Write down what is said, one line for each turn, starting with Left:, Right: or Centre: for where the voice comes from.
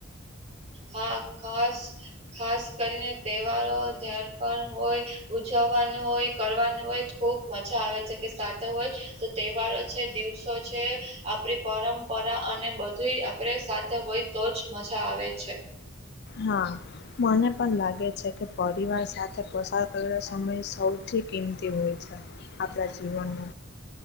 Right: હા ખાસ ખાસ કરીને તહેવારો. ધ્યાન પણ હોય ઉજવવાનું હોય કરવાનું હોય ખૂબ મજા આવે છે કે સાથે હોય. તો તહેવાર. છે દિવસો છે આપડી પરંપરા અને બધું આપડે સાથે હોય તોજ મજા આવે. છે.
Left: હા. મને પણ લાગે છે કે પરિવાર સાથે પસાર કરેલો સમય સૌથી કિંમતી હોય છે. આપણા જીવનમાં.